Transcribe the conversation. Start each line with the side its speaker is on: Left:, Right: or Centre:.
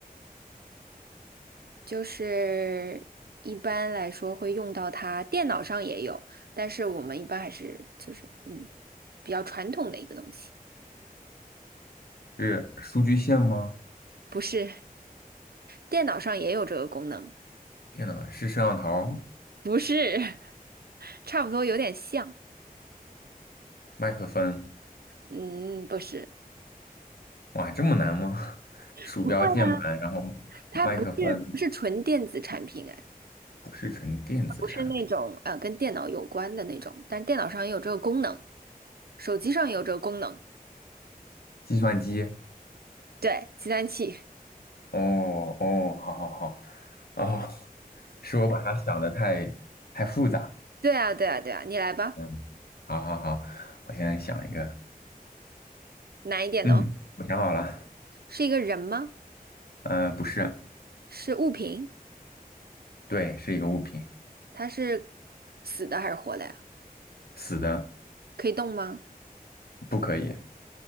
Right: 就是一般来说会用到它，电脑上也有，但是我们一般还是就是嗯比较传统的一个东西，
Left: 是数据线吗？
Right: 不是，电脑上也有这个功能，
Left: 电脑是摄像头、
Right: 不是，<laughs> 差不多有点像，
Left: 麦克风，
Right: 嗯，不是，
Left: 哇，这么难吗？<laughs> 鼠标、
Right: 不会啊，
Left: 键盘，然后
Right: 它不是不是纯电子产品，
Left: 麦克风
Right: 哎，
Left: 不是纯电子产品，
Right: 不是那种呃跟电脑有关的那种，但是电脑上也有这个功能，手机上也有这个功能，
Left: 计算机。
Right: 对，计算器，
Left: 哦哦，好好好，哦，是我把它想的太太复杂了
Right: <laughs> 对啊，对啊，对啊，你来吧，
Left: 嗯，好好好，我现在想一个，
Right: 难一点哦。
Left: 嗯，我想好了，
Right: 是一个人吗？
Left: 嗯、不是，
Right: 是物品？
Left: 对，是一个物品，
Right: 它是死的还是活的呀？
Left: 死的，
Right: 可以动吗？
Left: 不可以，